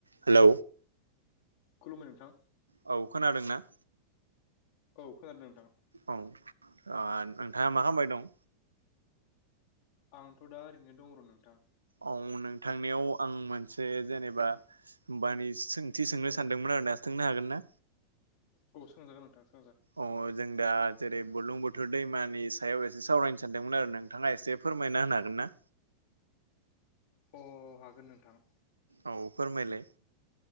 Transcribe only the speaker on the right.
Hello
औ खोनादों ना?
औ ओ नोंथाङा मा खालामबाय दं?
औ नोंथांनियाव आं मोनसे जेनेबा बानि सोंथि सोंनो सानदोंमोन‌ आ रो सोंनो हागोन ना?
अ जों दा जेरै बुरलुं बोथोर दैमानि सायाव एसे सावरायनो सानदोंमोन आरो नोंथाङा एसे फोरमायना होनो हागोन ना?
औ फोरमायलाय